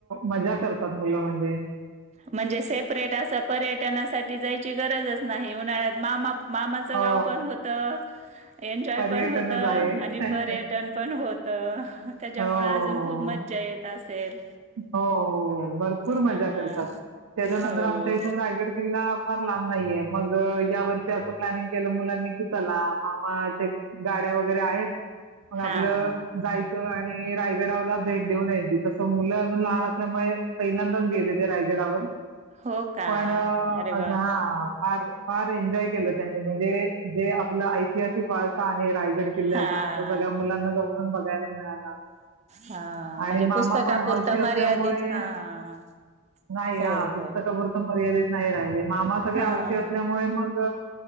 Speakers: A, on the right; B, on the right.
A: मजा करतात मुलं म्हणजे,
B: म्हणजे सेपरेट असं परे पटणासाठी जायची गरजच नाही उन्हाळ्यात मामा मामाचं
A: हो
B: गाव पण होत एन्जॉय
A: पर्यटनच
B: पण होत आणि
A: आहे
B: पर्यटन पण होत. त्याच्यामुळे
A: हो
B: अजून खूप मज्जा येत अंसेल.
A: हो भरपूर
B: हां,
A: मजा करतात त्याच्यानंतर
B: हो.
A: आमच्या इथून रायगड किल्ला फार लांब नाहीये मग या वर्षी असं प्लॅनिंग केलं मुलांनी की चला मामाचे गाड्या वगैरे आहेत. मग आपलं
B: हां,
A: जाय आणि रायगडावला भेट देऊन याची तसं मुलं अजून लहान असल्यामुळे पहिल्यांदाच गेले ते रायगडावर.
B: हो का?
A: पण
B: अरे
A: अस
B: वाह!
A: हा फार फार एन्जॉय केलं त्यांनी म्हणजे जे आपलं आय ऐतिहासिक वारसा आहे रायगड किल्ल्याचा,
B: हां,
A: तो सगळ्या मुलांना जवळून बघायला मिळाला.
B: हां,
A: आणि
B: म्हणजे
A: मामा
B: पुस्तकापुरता
A: हौशी असल्यामुळे,
B: मर्यादित हां,
A: नाही
B: हो,
A: ह पुस्तकापुरतं
B: हो.
A: मर्यादित नाही राहिले. मामा सगळे
B: हां,
A: हौशी असल्यामुळे मग